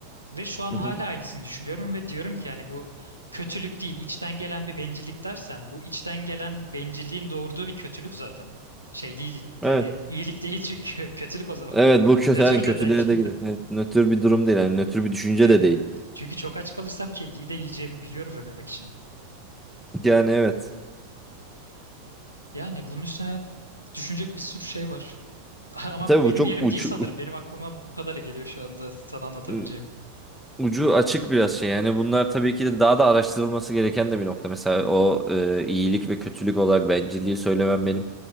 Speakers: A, on the left; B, in the centre.
A: Ve şu an
B: Hı
A: hala
B: hı.
A: aynısını düşünüyorum ve diyorum ki yani bu kötülük değil, içten gelen bir bencillik dersen bu içten gelen bencilliğin doğurduğu bir kötülük zaten. Şey değil
B: Evet.
A: yani iyilik değil çünkü <laughs> kötülük o zaman.
B: Evet bu kötü
A: Nötr
B: yani kötülüğe
A: de değil.
B: de gidiyor. Evet, nötr bir durum değil yani nötr
A: <laughs>
B: bir düşünce
A: Aynen.
B: de değil.
A: Çünkü çok aç kalırsam kediyi de yiyeceğimi biliyorum ölmemek için.
B: Yani evet.
A: Yani bunun üstüne düşünecek bir sürü şey var. <laughs> Ama
B: E, tabii
A: benim
B: bu çok
A: yerim
B: uç
A: değil sanırım. Benim aklıma bu kadarı geliyor şu anda sana anlatabileceğim.
B: <laughs> ucu açık biraz şey. Yani bunlar tabii ki de daha da araştırılması gereken de bir nokta. Mesela o e, iyilik ve kötülük olarak bencilliği söylemem benim